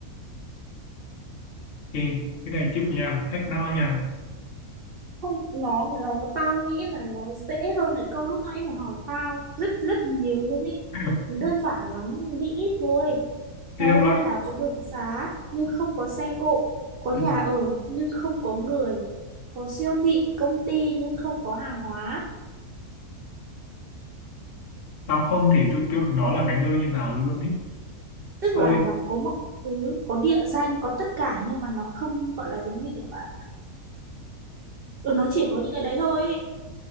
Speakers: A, on the left; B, on the right.
A: Ê, cái này chịu nha hack não nha
B: không nó nó tao nghĩ là nó dễ hơn cái câu lúc nãy mày hỏi tao rất rất nhiều luôn ý
A: <laughs>
B: nó đơn giản lắm nghĩ ít thôi
A: thế
B: thế
A: đọc lại
B: nơi nào có đường xá nhưng không có xe cộ có
A: Ừm,
B: nhà ở nhưng không có người có siêu thị công ty nhưng không có hàng hóa
A: tao không thể tưởng tượng nó là cái nơi như nào luôn ý
B: tức
A: thôi
B: là nó có mọi thứ có địa danh có tất cả nhưng mà nó không gọi là giống như kiểu là ừ, nó chỉ có những cái đấy thôi ý.